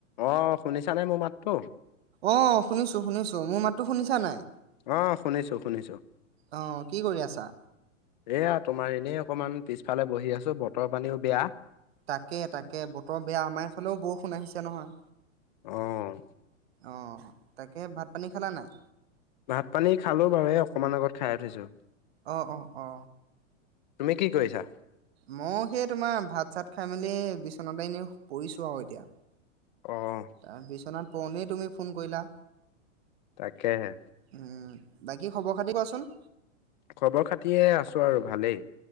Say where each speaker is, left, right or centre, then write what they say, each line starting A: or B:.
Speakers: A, on the left; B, on the right.
A: অ শুনিছানে মোৰ মাতটো
B: অঁ শুনিছোঁ শুনিছোঁ মোৰ মাতটো শুনিছা নাই
A: অ শুনিছো শুনিছো
B: অঁ কি কৰি আছা
A: এয়া তোমাৰ এনেই অকমান পিছফালে বহি আছো বতৰ পানীও বেয়া
B: তাকে তাকে বতৰ বেয়া আমাৰ এইফালেও বউষুণ আহিছে নহয়
A: অ',
B: অ তাকে ভাত পানী খালা নাই
A: ভাত পানী খালো বাৰু এই অকণমান আগত খাই উঠিছোঁ
B: অঁ অ অ
A: তুমি কি কৰিছা
B: মই সেই তোমাৰ ভাত চাত খাই মেলি বিচনাতে এনেই শুইছো আৰু এতিয়া,
A: অ',
B: আ বিছনাত পৰোতে তুমি ফোন কৰিলা।
A: তাকেহে,
B: উম' বাকী খবৰ -খাতি কুৱাচোন?
A: খবৰ -খাতি এ আছোঁ আৰু ভালেই।